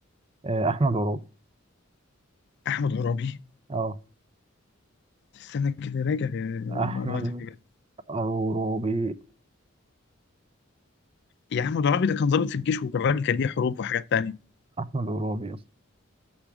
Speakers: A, on the right (about 25°); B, on the left (about 55°).
A: أه احمد عرابي
B: احمد عرابي
A: اه
B: استنى كده راجع يا-
A: احمد
B: معلوماتك يا جدع
A: عروبي
B: يا عم ضرابي ده كان ضابط في الجيش وكان راجل كان ليه حروب وحاجات تانية
A: احمد عروبي يا اسطى